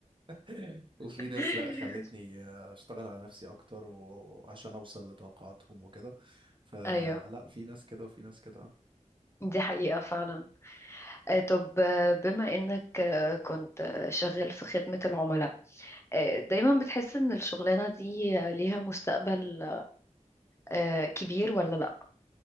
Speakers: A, on the right; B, on the left.
A: <laughs> وفي
B: <laughs>
A: ناس لا خلتني اشتغل على نفسي اكتر وعشان اوصل لتوقعاتهم وكده فلا
B: أيوه
A: في ناس كده وفي ناس كده
B: دي حقيقة فعلا آه، طب آه، بما إنك آه، كنت آه، شغال في خدمة العملاء آه، دايما بتحس إن الشغلانة دي آه، ليها مستقبل آه، كبير ولا لأ؟